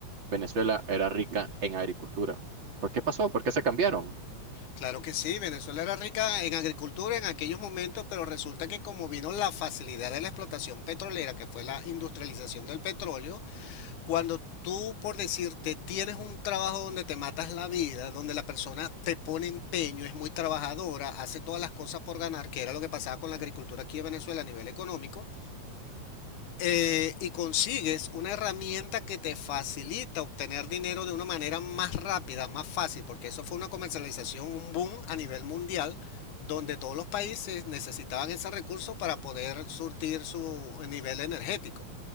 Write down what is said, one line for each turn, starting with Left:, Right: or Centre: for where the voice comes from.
Right: Venezuela era rica en agricultura. ¿Por qué pasó? ¿Por qué se cambiaron?
Left: Claro que sí, Venezuela era rica en agricultura en aquellos momentos, pero resulta que como vino la facilidad de la explotación petrolera, que fue la industrialización del petróleo, Cuando tú, por decirte, tienes un trabajo donde te matas la vida, donde la persona te pone empeño, es muy trabajadora, hace todas las cosas por ganar, que era lo que pasaba con la agricultura aquí en Venezuela a nivel económico, eh, y consigues una herramienta que te facilita obtener dinero de una manera más rápida, más fácil, porque eso fue una comercialización, un boom a nivel mundial, donde todos los países necesitaban ese recurso para poder surtir su nivel energético.